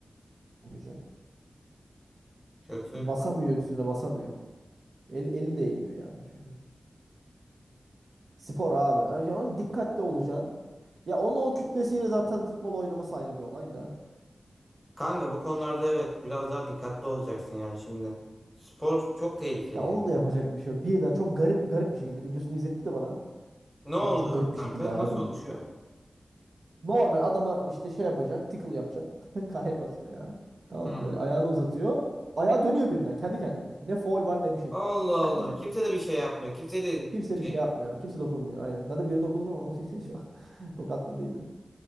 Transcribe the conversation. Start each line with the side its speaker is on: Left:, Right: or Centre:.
Right: olmayacak.
Centre: Kötü.
Right: Basamıyor üstüne basamıyor. Eli, eli değmiyor yani çocuğun. Spor abi. Yani ona dikkatli olacaksın. Ya onu o kütlesiyle zaten futbol oynaması ayrı bir olay da.
Centre: Kanka bu konularda evet biraz daha dikkatli olacaksın yani şimdi. Spor çok tehlikeli
Right: Ya
Centre: yani.
Right: onun da yapacak bir şey yok. Birden çok garip garip bir şekilde videosunu izletti de bana.
Centre: Ne
Right: Kanka
Centre: oldu
Right: çok garip bir
Centre: kanka?
Right: şekilde ayağa
Centre: Nasıl
Right: dönmüş.
Centre: oluşuyor?
Right: Normal adama işte şey yapacak, tickle yapacak. <laughs> Karaya basıyor yani. Tamam
Centre: Hı.
Right: mı? Böyle ayağını uzatıyor. Ayağa dönüyor birden kendi kendine. Ne foul var ne bir şey.
Centre: Allah Allah.
Right: Kendi kendine.
Centre: Kimse de bir şey yapmıyor. Kimse de
Right: Kimse
Centre: şey.
Right: bir şey yapmıyor. Kimse dokunmuyor. Aynen. Zaten bir dokundu ama <laughs> şu an tokatladıydı.